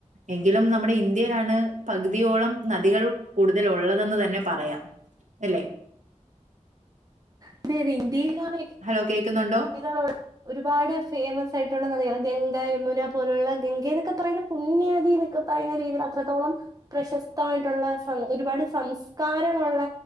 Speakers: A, on the right (about 70°); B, on the right (about 30°).
A: എങ്കിലും നമ്മുടെ ഇന്ത്യയിലാണ് പകുതിയോളം നദികൾ കൂടുതൽ ഉള്ളതെന്ന് തന്നെ പറയാം അല്ലെ
B: അതെ അതെ ഇന്ത്യയിലാണ്
A: ഹലോ കേൾക്കുന്നുണ്ടോ
B: നികള ഒരുപാട് ഫേമസ് ആയിട്ടുള്ള നദികൾ ഗംഗ, യമു മുന പോലുള്ള ഗംഗ എന്നൊക്കെ പറയുന്ന പുണ്യനദി എന്നൊക്കെ പറയുന്ന രീതിയിൽ അത്രത്തോളം പ്രശസ്തമായിട്ടുള്ള ഒരുപാട് സംസ്കാരമുള്ള